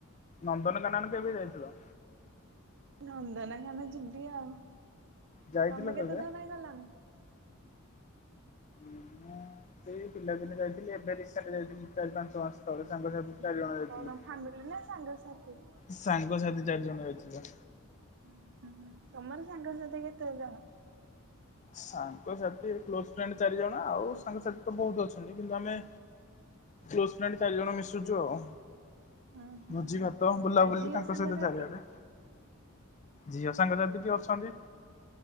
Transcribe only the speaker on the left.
ନନ୍ଦନକାନନ କେବେ ଯାଇଥିଲ।
ଯାଇଥିଲ
କେବେ?
ମୁଁ ସେଇ ପିଲାଦିନେ ଯାଇଥିଲି ଏବେ ରିସେଣ୍ଟ୍ ଯାଇଥିଲି ଚାରି ପାଞ୍ଚ ମାସ ତଳେ ସାଙ୍ଗସାଥି ଚାରି
ଜଣ ଯାଇଥିଲୁ।
ସାଙ୍ଗସାଥି ଚାରି ଜଣ ଯାଇଥିଲୁ।
ସାଙ୍ଗସାଥି ଏ କ୍ଲୋଜ୍ ଫ୍ରେଣ୍ଡ୍ ଚାରି ଜଣ ଆଉ ସାଙ୍ଗସାଥି ତ ବହୁତ ଅଛନ୍ତି କିନ୍ତୁ ଆମେ। କ୍ଲୋଜ୍ ଫ୍ରେଣ୍ଡ୍ ଚାରି ଜଣ ମିଶୁଛୁ ଆଉ।
ଭୋଜି ଭାତ ବୁଲାବୁଲି
ତାଙ୍କ
ସହିତ ଚାରଆଡେ। ଝିଅ ସାଙ୍ଗସାଥି ବି ଅଛନ୍ତି।